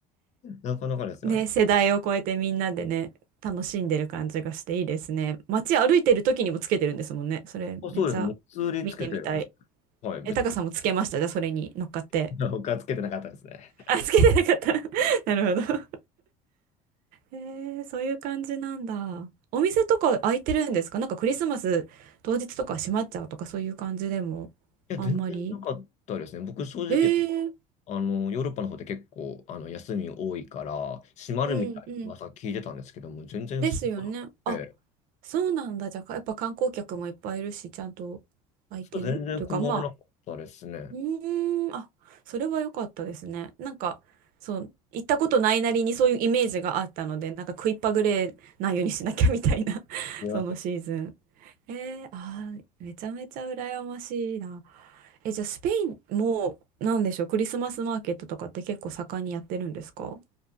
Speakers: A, on the left; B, on the right.
A: なかなかですよね。
B: ね、世代を超えてみんなでね、楽しんでる感じがしていいですね。街歩いてる時にもつけてるんですもんね。それめっちゃ見てみたい。
A: あ、そうです。もう普通につけてるんです。はい。別
B: え、タカさんもつけましたじゃあそれに乗っかって。
A: に他はつけてなかったですね。
B: あ、つけてなかった。<laughs> なるほど。へえそういう感じなんだ。お店とか開いてるんですかなんかクリスマス当日とか閉まっちゃうとかそういう感じでもあんまり。
A: いや、全然なかったですね。僕、正直、
B: えー、
A: あの、ヨーロッパの方で結構、あの、休み多いから、閉まるみたいな噂聞いてたんですけども、
B: うんうん。
A: 全然そうなくて、
B: ですよね。あ、そうなんだ。じゃあ、かやっぱ観光客もいっぱいいるし、ちゃんと空いてるというか、
A: そう全然困らなかったですね。
B: まあ、うーん、あ、それは良かったですね。なんか、そう、行ったことないなりにそういうイメージがあったので、なんか食いっぱぐれないようにしなきゃみたいな <laughs>
A: いや
B: そのシーズン。えー、あー、めちゃめちゃ羨ましいな。え、じゃあ、スペインも、なんでしょう、クリスマスマーケットとかって結構盛んにやってるんですか